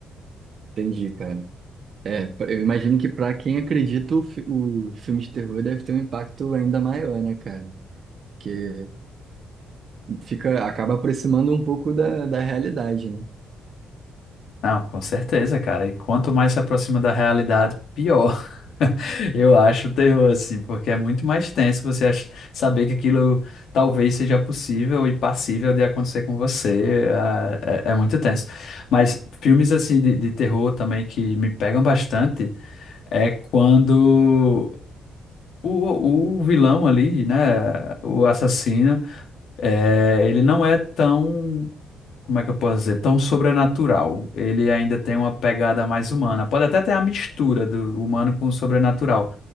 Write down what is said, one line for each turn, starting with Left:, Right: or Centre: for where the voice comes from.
Right: Entendi, cara. É, pra- eu imagino que para quem acredita, o, fi- o filme de terror deve ter um impacto ainda maior, né, cara? Porque fica, acaba aproximando um pouco da, da realidade, né?
Left: Não, com certeza, cara. E quanto mais se aproxima da realidade, pior. <laughs> Eu acho o terror, assim, porque é muito mais tenso você ach- saber que aquilo talvez seja possível e passível de acontecer com você. ah, É, é muito tenso. Mas filmes, assim, de, de terror também que me pegam bastante é quando o, o vilão ali, né, o assassino, é, ele não é tão como é que eu posso dizer, tão sobrenatural. Ele ainda tem uma pegada mais humana. Pode até ter a mistura do humano com o sobrenatural,